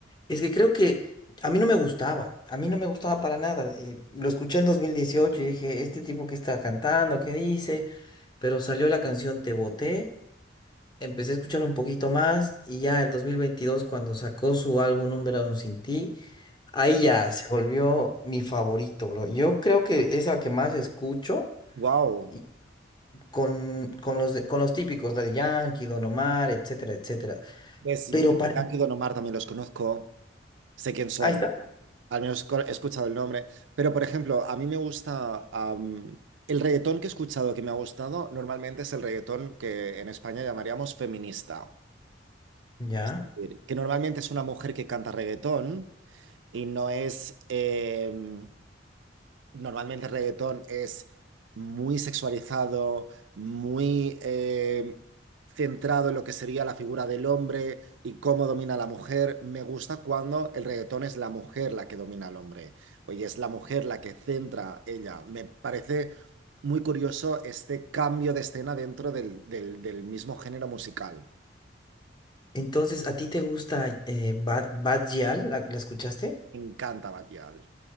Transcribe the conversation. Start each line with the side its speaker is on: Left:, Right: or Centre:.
Left: Es que creo que a mí no me gustaba, a mí no me gustaba para nada. eh, lo escuché en 2018 y dije, este tipo que está cantando, ¿qué dice? Pero salió la canción Te Boté, empecé a escuchar un poquito más y ya el 2022 cuando sacó su álbum Un Verano Sin Ti, ahí ya se volvió mi favorito, bro. Yo creo que es la que más escucho
Right: Wow.
Left: y con, con los, de- con los típicos, Daddy Yankee, Don Omar, etcétera, etcétera.
Right: Ves,
Left: Pero para...
Right: Dankid y Don Omar también los conozco, sé quién son.
Left: Ahí está.
Right: Al menos co- he escuchado el nombre. Pero, por ejemplo, a mí me gusta... am, el reggaetón que he escuchado que me ha gustado normalmente es el reggaetón que en España llamaríamos feminista.
Left: Ya.
Right: Es decir, que normalmente es una mujer que canta reggaetón y no es... em, Normalmente el reggaetón es muy sexualizado, muy eh, centrado en lo que sería la figura del hombre y cómo domina a la mujer. Me gusta cuando el reggaetón es la mujer la que domina al hombre. Oye, es la mujer la que centra ella. Me parece muy curioso este cambio de escena dentro del, del- del mismo género musical.
Left: Entonces, ¿a ti te gusta eh, Bad, Bad Gyal? ¿La, la escuchaste?
Right: Me encanta Batial.